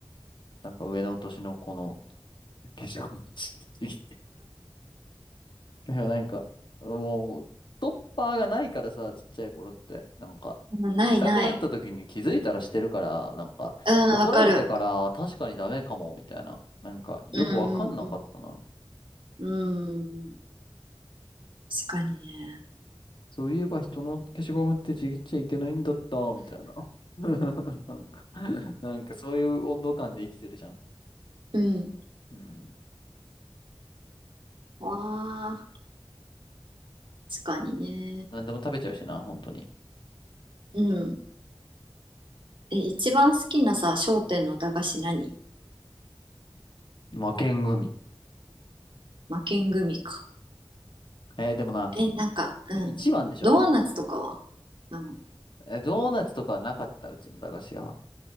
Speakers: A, on the left; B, on the right.
A: なんか上の年の子の消しゴムちぎってでもなんか、もう、ストッパーがないからさ、ちっちゃい頃って、なんか、
B: うんないない。
A: したくなった時に気づいたらしてるから、なんか、
B: うん、
A: 怒られてから、
B: わかる。
A: 確かにダメかも、みたいな。なんか、よくわかんなかったな。
B: うんうんうん。うん。確かにね。
A: そういえば人の消しゴムってちぎっちゃいけないんだった、みたいな。<laughs> なんか、なんかそういう温度感で生きてるじゃん。
B: うん。
A: うん。
B: わあ、確かにね。
A: なんでも食べちゃうしな、本当に。
B: うん。え、一番好きなさ、商店の駄菓子何
A: 負けん組。
B: 負けん組か。
A: えーでもな、
B: え、なんか、うん。
A: 一番でしょ。
B: ドーナツとかはうん。
A: えードーナツとかはなかった、うちの駄菓子は。